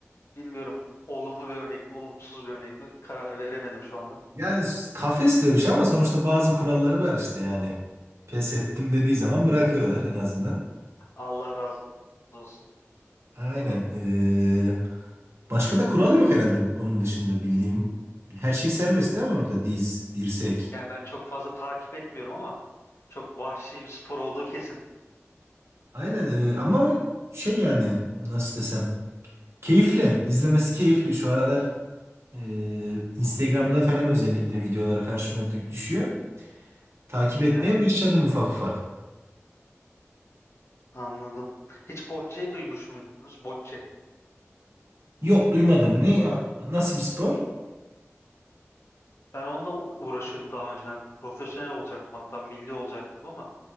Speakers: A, on the left (about 65°); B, on the right (about 60°).
A: bilmiyorum olumlu bir örnek mi, olumsuz bir örnek mi karar veremedim şu anda.
B: Yani kafes dövüşü ama sonuçta bazı kuralları var işte yani. Pes ettim dediği zaman bırakıyorlar en azından.
A: Allah razı olsun.
B: Aynen. Ee, başka da kuralı yok herhalde onun dışında bildiğim. Her şey serbest değil mi orada? Diz, dirsek.
A: Yani ben çok fazla takip etmiyorum ama çok vahşi bir spor olduğu kesin.
B: Aynen ee, ama şey yani nasıl desem. Keyifli. İzlemesi keyifli. Şu aralar ee, Instagram'da falan özellikle videolar karşıma dü- düşüyor. Takip etmeye
A: Evet,
B: başladım ufak ufak.
A: anladım. Hiç bocceyi duymuş muydunuz? Bocce.
B: Yok duymadım. Ne ya? Nasıl bir spor?
A: Ben onunla u- uğraşıyordum daha önceden. Profesyonel olacaktım hatta milli olacaktım ama